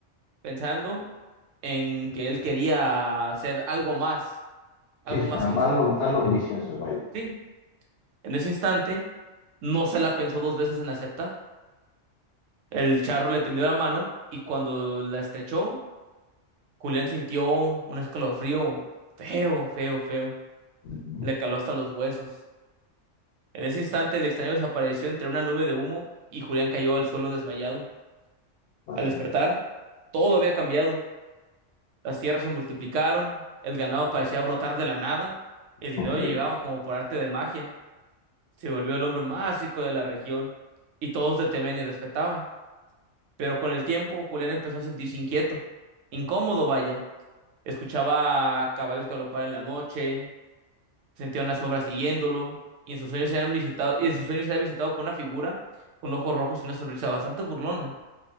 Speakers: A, on the right (about 85°); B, on the left (about 65°).
A: pensando en que él quería hacer algo más, algo
B: Sí, es,
A: más
B: um,
A: que un
B: algo,
A: simple granjero.
B: algo ambicioso, vaya.
A: Sí, en ese instante no se la pensó dos veces en aceptar. El charro le tendió la mano y cuando la estrechó, Julián sintió un escalofrío feo, feo, feo.
B: Ujú,
A: Le caló hasta los huesos. En ese instante el extraño desapareció entre una nube de humo y Julián cayó al suelo desmayado.
B: Bueno,
A: Al despertar, todo había cambiado. Las tierras se multiplicaron, el ganado parecía brotar de la nada, el dinero
B: ok.
A: llegaba como por arte de magia, se volvió el hombre más rico de la región y todos le temían y respetaban. Pero con el tiempo Julián empezó a sentirse inquieto, incómodo vaya, escuchaba caballos galopar en la noche, sentía una sombra siguiéndolo y en sus sueños eran visitado, y en sus sueños era visitado por una figura con ojos rojos y una sonrisa bastante burlona.